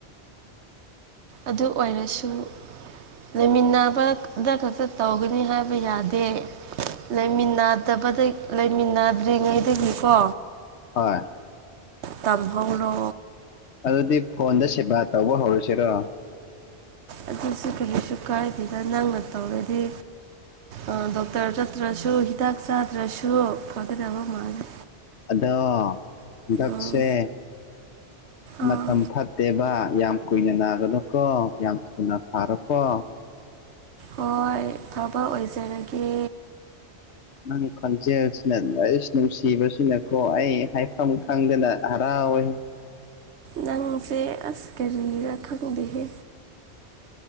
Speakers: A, on the right; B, on the left.
A: ꯑꯗꯨ ꯑꯣꯏꯔꯁꯨ꯫ ꯂꯩꯃꯤꯟꯅꯕꯗ ꯈꯛꯇ ꯇꯧꯒꯅꯤ ꯍꯥꯏꯕ ꯌꯥꯗꯦ꯫ ꯂꯩꯃꯤꯟꯅꯗꯕ ꯂꯩꯃꯤꯟꯅꯗ꯭ꯔꯤꯉꯩꯗꯒꯤꯀꯣ
B: ꯍꯣꯏ
A: ꯇꯝꯍꯧꯔꯣ꯫
B: ꯑꯗꯨꯗꯤ ꯐꯣꯟꯗ ꯁꯦꯕꯥ ꯇꯧꯕ ꯍꯧꯔꯁꯤꯔꯣ
A: ꯑꯗꯨꯁꯨ ꯀꯔꯤꯁꯨ ꯀꯥꯏꯗꯦꯗ ꯅꯪꯅ ꯇꯧꯔꯗꯤ꯫ ꯑ ꯗꯣꯛꯇꯔ ꯆꯠꯇ꯭ꯔꯁꯨ ꯍꯤꯗꯥꯛ ꯆꯥꯗ꯭ꯔꯁꯨ ꯐꯒꯗꯕ ꯃꯥꯜꯂꯦ꯫
B: ꯑꯗ ꯗꯁꯦ꫰꫰
A: ꯎꯝ ꯑꯥ
B: ꯃꯇꯝ ꯐꯠꯇꯦꯕ ꯌꯥꯝ ꯀꯨꯏꯅ ꯅꯥꯒꯂꯣꯀꯣ ꯌꯥꯝ ꯊꯨꯅ ꯐꯥꯔꯣꯀꯣ
A: ꯍꯣꯏ ꯐꯕꯥ ꯑꯣꯏꯖꯔꯒꯦ꯫
B: ꯅꯪ ꯈꯪꯖꯦ ꯁꯤꯅ ꯁꯤ ꯅꯨꯡꯁꯤꯕ ꯁꯤꯅꯦꯀꯣ ꯑꯩ ꯍꯥꯏꯐꯝꯝ ꯈꯪꯗꯅ ꯍꯔꯥꯎꯏ꯫
A: ꯅꯪꯁꯦ ꯑꯁ ꯀꯔꯤꯔ ꯈꯪꯗꯦꯍꯦ꯫